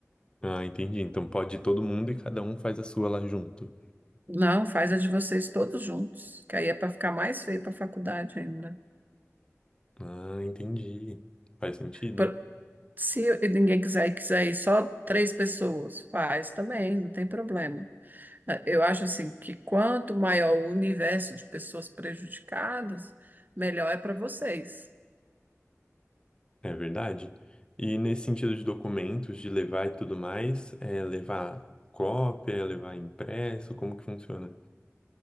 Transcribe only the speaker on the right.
Não, faz a de vocês todos juntos, que aí é para ficar mais feio para a faculdade ainda.
Por- se ninguém quiser e quiser ir só três pessoas, faz também, não tem problema. É, Eu acho assim que quanto maior o universo de pessoas prejudicadas, melhor é para vocês.